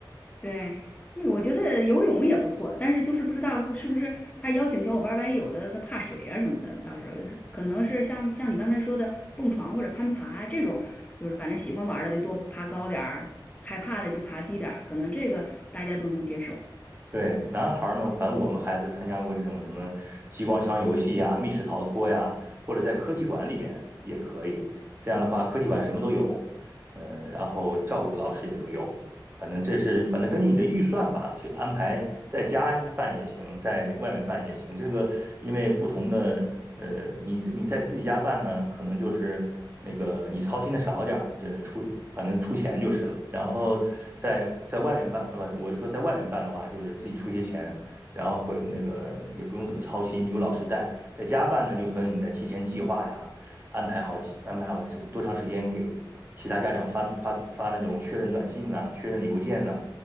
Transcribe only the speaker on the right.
对，男孩儿们，反正我们孩子参加过这种什么激光枪游戏呀、密室逃脱呀，或者在科技馆里边也可以。这样的话，科技馆什么都有，嗯，然后照顾的老师也都有。反正这是，反正根据你的预算吧，去安排在家一办也行，在外面办也行。这个因为不同的呃，你你在自己家办呢，可能就是那个你操心的少点儿，这出反正出钱就是了。然后在在外面办，呃，不，我是说在外面办的话，就是自己出一些钱，然后会那个也不用怎么操心，有老师带。在家办呢，就可能你得提前计划呀，安排好安排好是多长时间给其他家长发发发那种确认短信呐、确认邮件呐、